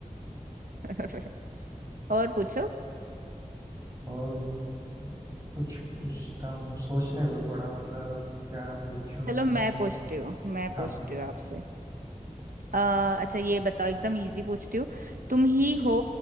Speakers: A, on the right (about 85°); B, on the right (about 25°).
A: <laughs> और पूछो
B: और कुछ पूछता हूँ सोचने दो थोड़ा मतलब क्या पूछूं
A: चलो मैं पूछती हूँ मैं पूछती
B: हाँ
A: हूँ आपसे अ, अच्छा ये बताओ एकदम इजी पूछती हूँ तुम ही हो